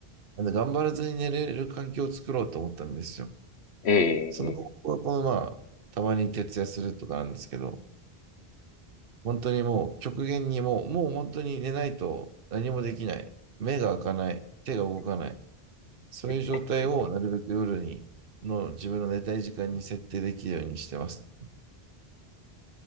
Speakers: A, on the right; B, on the left.
A: あの、頑張らずに寝れる環境を作ろうと思ったんですよ。
B: ええ、ええ、
A: その方法はこのまあ、たまに徹夜するとかなんですけど、本当にもう極限にもう、もう本当に寝ないと何もできない。目が開かない。手が動かない。
B: え
A: そういう状態をなるべく夜に、
B: え、
A: の自分の寝たい時間に設定できるようにしてます。